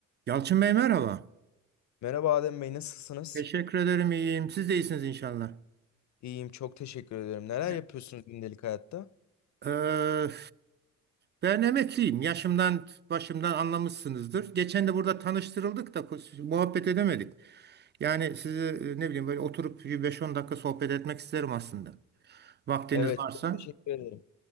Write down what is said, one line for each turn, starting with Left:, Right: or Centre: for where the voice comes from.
Right: Yalçın Bey merhaba.
Left: Merhaba Adem Bey, nasılsınız?
Right: Teşekkür ederim iyiyim. Siz de iyisiniz inşallah.
Left: İyiyim, çok teşekkür ederim. Neler
Right: Ya-
Left: yapıyorsunuz gündelik hayatta?
Right: Ee, ben emekliyim. Yaşımdan başımdan anlamışsınızdır. Geçen de burada tanıştırıldık da ko- muhabbet edemedik. Yani sizi e, ne bileyim böyle oturup bir 5-10 dakika sohbet etmek isterim aslında. Vaktiniz
Left: Evet,
Right: varsa.
Left: çok teşekkür ederim.